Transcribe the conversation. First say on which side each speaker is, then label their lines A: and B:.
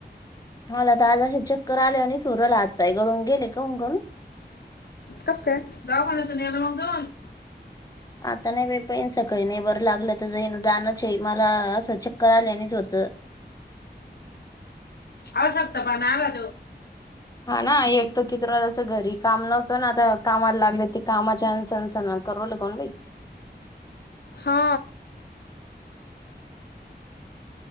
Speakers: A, on the left; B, on the left.
A: मला तर आज असे चक्कर आले आणि सुरला आज काय गळून गेले काऊन गोण.
B: कस काय? दवाखान्यातून नेलं मग जाऊन.
A: हा आत्ता नाय बाई. तेन सकाळी नाही बरं लागलं तर जाईन जानचे मला असं चक्कर आल्यानेच होतं.
B: अशक्तपणा आला त्यो.
A: हा ना एक तर किती रहायचं घरी काम नव्हतं ना आता कामाला लागले ते कामाच्या अनसनसनात. करवलं कोण बाई.
B: हा.